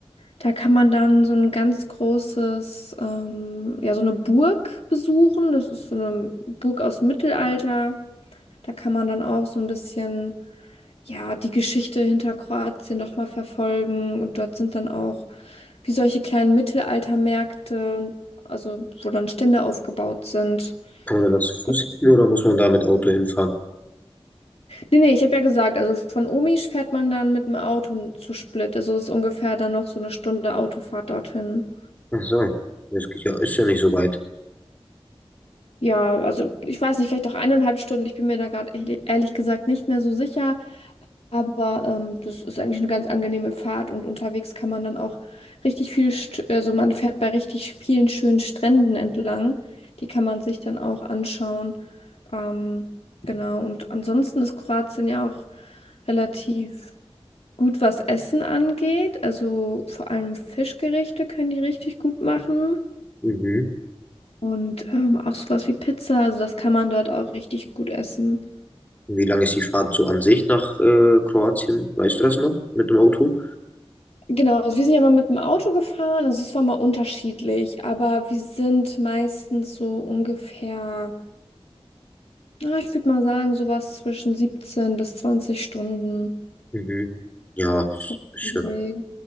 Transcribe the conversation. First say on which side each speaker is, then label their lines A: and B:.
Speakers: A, on the left (about 80°); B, on the left (about 15°).
A: Da kann man dann so ein ganz großes, ähm, ja, so eine Burg besuchen. Das ist so eine Burg aus dem Mittelalter. Da kann man dann auch so ein bisschen, ja, die Geschichte hinter Kroatien nochmal verfolgen. Und dort sind dann auch wie solche kleinen Mittelaltermärkte und also, wo dann Stände aufgebaut sind.
B: Kann man da zu
A: Gut.
B: Fuß hin oder muss man da mit Auto hinfahren?
A: Nee, nee, ich habe ja gesagt, also von Omisch fährt man dann mit dem Auto zu Split. Also es ist ungefähr dann noch so eine Stunde Autofahrt dorthin.
B: Ach so, das geht ja, ist ja nicht so weit.
A: Ja, also ich weiß nicht, vielleicht auch eineinhalb Stunden. Ich bin mir da gerade ehrlich, ehrlich gesagt nicht mehr so sicher. Aber ähm, das ist eigentlich eine ganz angenehme Fahrt und unterwegs kann man dann auch richtig viel, St also man fährt bei richtig vielen schönen Stränden entlang. Die kann man sich dann auch anschauen. Ähm, genau, und ansonsten ist Kroatien ja auch relativ gut, was Essen angeht. Also vor allem Fischgerichte können die richtig gut machen.
B: Mhm.
A: Und ähm, auch sowas wie Pizza, also das kann man dort auch richtig gut essen.
B: Wie lange ist die Fahrt so an sich nach äh, Kroatien? Weißt du das noch mit dem Auto?
A: Genau, also wir sind ja mal mit dem Auto gefahren, also es war mal unterschiedlich, aber wir sind meistens so ungefähr, na, ich würde mal sagen, sowas zwischen 17 bis 20 Stunden.
B: Mhm. Ja, ist,
A: So
B: ist
A: im Dreh.
B: ja,